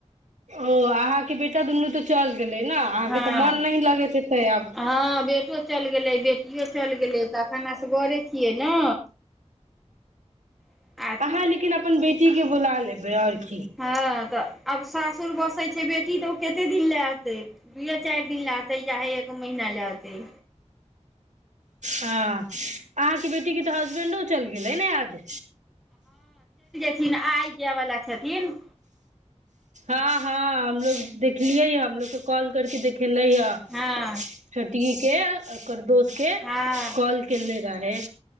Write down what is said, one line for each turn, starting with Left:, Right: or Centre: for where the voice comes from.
Right: ओ अहाँके बेटा दुनू तऽ चल गेल ने अहाँके
Centre: हँ
Right: तऽ मन लगैत हेतै आब
Centre: हँ बेटो चलि गेलै बेटियो चलि गेलै तऽ खन से घरे छियै ने आ
Right: अहाँ लेकिन अब अपन बेटीक के बुला लेबै आओर की
Centre: हँ तऽ अब सभ सासूर बसै छै बेटी तऽ ओ कते दिन लेते दुए चारि दिन दिन लाय एतै चाहे एक महिना ल एतै
Right: हाँ अन्हा कें बेटी कें हस्बेंड चलि गेल ने आज
Centre: छथिन आइ जाय वलाा छथिन
Right: ह हा हमलोग देखलियै हमलोग के कॉल करके देख खेलै हा छतीस
Centre: हँ
Right: के एकर दोस्त के
Centre: हँ
Right: कॉल कले जााहर